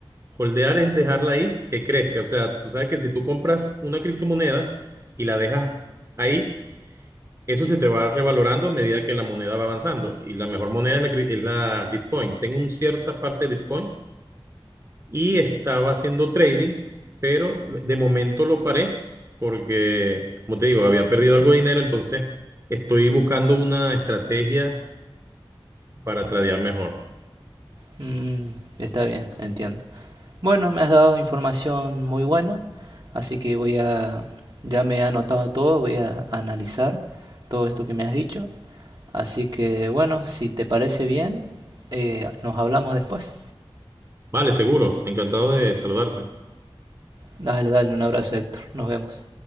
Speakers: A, on the right; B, on the right.
A: Holdear es dejarla ahí que crezca. O sea, tú sabes que si tú compras una criptomoneda y la dejas ahí, eso se te va revalorando a medida que la moneda va avanzando. Y la mejor moneda es la, cri- es la Bitcoin. Tengo una cierta parte de Bitcoin y estaba haciendo trading, pero de momento lo paré porque, como te digo, había perdido algo de dinero. Entonces, estoy buscando una estrategia para tradear mejor.
B: Mm, está bien, entiendo. Bueno, me has dado información muy buena, así que voy a, ya me he anotado todo, voy a analizar todo esto que me has dicho. Así que bueno, si te parece bien, eh, nos hablamos después.
A: Vale, seguro. Encantado de saludarte.
B: Dale, dale, un abrazo, Héctor. Nos vemos.